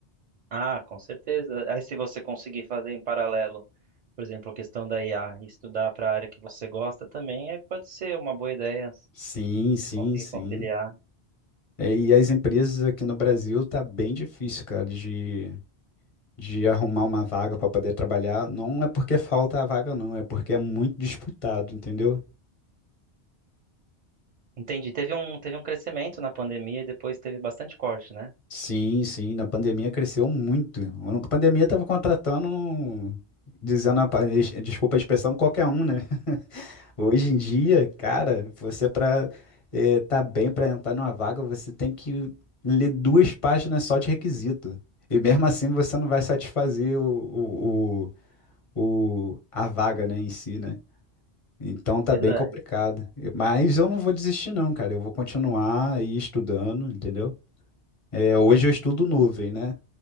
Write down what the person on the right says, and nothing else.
Ah, com certeza. Aí se você conseguir fazer em paralelo, por exemplo, a questão da IA e estudar para a área que você gosta também, é, pode ser uma boa ideia assim,
conseguir
conciliar.
Entendi. Teve um, teve um crescimento na pandemia e depois teve bastante corte, né?
Verdade.